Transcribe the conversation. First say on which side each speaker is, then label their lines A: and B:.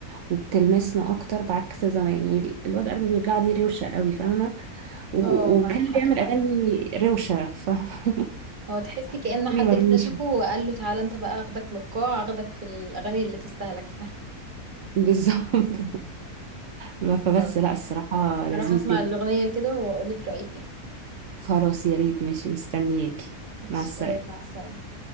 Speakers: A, on the right; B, on the right.
A: وبتلمسنا اكتر بعكس زمان يعني الواد قلبه بيوجع دي روشه قوي فاهمه و-
B: اه
A: وكان
B: معاك حق
A: بيعمل
B: فعلا
A: اغاني روشه فاهماني
B: هو تحسي كأن
A: <laughs>
B: حد
A: مرموشه
B: اكتشفه وقال له تعالى انت بقى اخدك من القاع اخدك في الاغاني اللي تستاهلك فعلا
A: بالظبط <laughs> فبس
B: خلاص
A: لا الصراحه لذيذ
B: هروح اسمع
A: جدا
B: الاغنية كده واقول لك رأيي فيها
A: خلاص يا ريت ماشي مستنياكي
B: ماشي
A: مع السلامة
B: باي مع السلامة